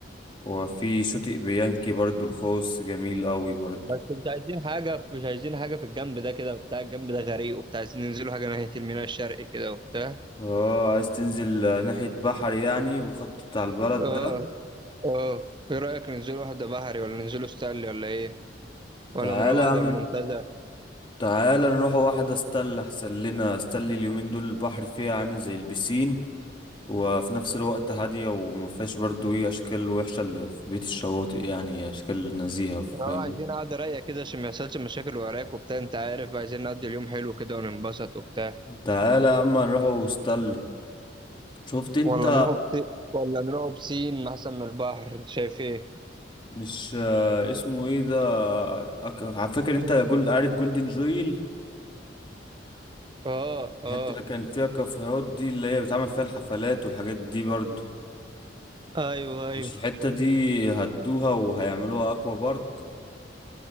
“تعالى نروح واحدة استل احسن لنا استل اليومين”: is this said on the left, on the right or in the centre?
Left